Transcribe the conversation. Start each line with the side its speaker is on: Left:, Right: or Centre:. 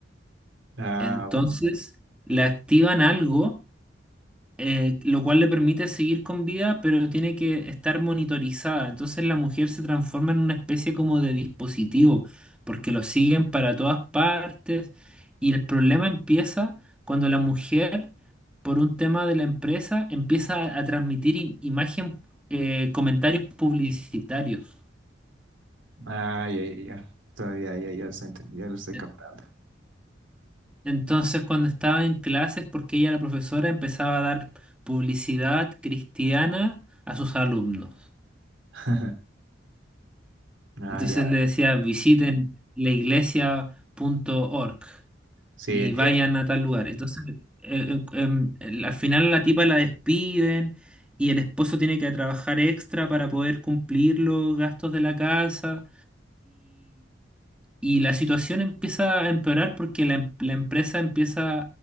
Right: Ah,
Centre: Entonces
Right: bueno.
Centre: le activan algo eh, lo cual le permite seguir con vida, pero tiene que estar monitorizada. Entonces la mujer se transforma en una especie como de dispositivo, porque lo siguen para todas partes y el problema empieza cuando la mujer, por un tema de la empresa, empieza a, a transmitir im- imagen, eh, comentarios publicitarios.
Right: Ah, ya, ya, ya. Está- Ya, ya, ya, lo estoy ent- ya lo estoy captando.
Centre: E-, Entonces, cuando estaba en clases, porque ella, la profesora, empezaba a dar publicidad cristiana a sus alumnos.
Right: <laughs> Ah,
Centre: Entonces
Right: ya.
Centre: le decía, visiten la iglesia punto org
Right: Sí,
Centre: y
Right: entiendo.
Centre: vayan a tal lugar. Entonces, eh, eh, em, el- al final la tipa la despiden y el esposo tiene que trabajar extra para poder cumplir los gastos de la casa. Y la situación empieza a empeorar porque la, em- la empresa empieza